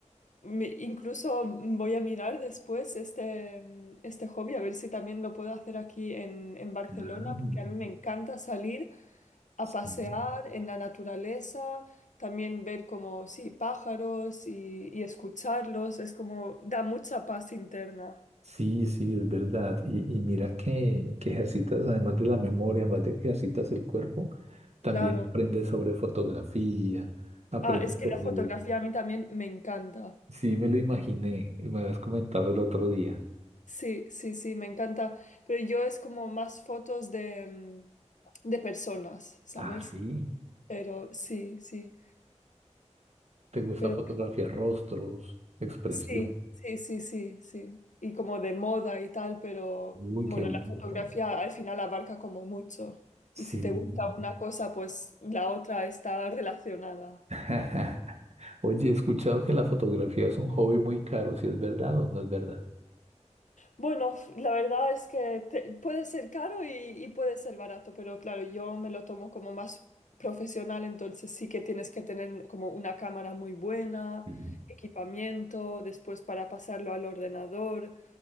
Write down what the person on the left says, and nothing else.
Me- incluso mm, voy a mirar después este, mm, este hobby, a ver si también lo puedo hacer aquí en, en Barcelona,
porque a mí me encanta salir a
pasear en la naturaleza, también ver como, sí, pájaros y, y escucharlos, es como, da mucha paz interna,
claro.
Ah, es que
la fotografía a mí también me encanta.
Sí, sí, sí, me encanta, pero yo es como más fotos de, mm, de personas, ¿sabes?
Pero sí, sí.
Pero
co-
sí, sí, sí, sí, sí. Y como de moda y tal, pero
bueno,
la fotografía al final abarca como mucho.
Y si te gusta una cosa, pues la otra está relacionada.
Bueno, f- la verdad es que te- puede ser caro y, y puede ser barato, pero claro, yo me lo tomo como más profesional, entonces sí que tienes que tener como una cámara muy buena,
equipamiento, después para pasarlo al ordenador.